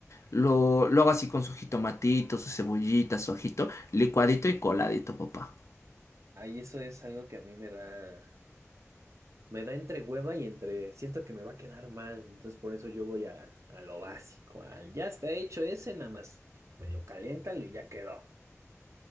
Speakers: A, on the left; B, on the right.
A: Lo, lo hago así con su jitomatito, su cebollita, su ajito, licuadito y coladito, papá.
B: Ahí eso es algo que a mí me da, me da entre hueva y entre, siento que me va a quedar mal, entonces por eso yo voy a, a lo básico, al ya está hecho ese, nada más medio caliéntalo y ya quedó.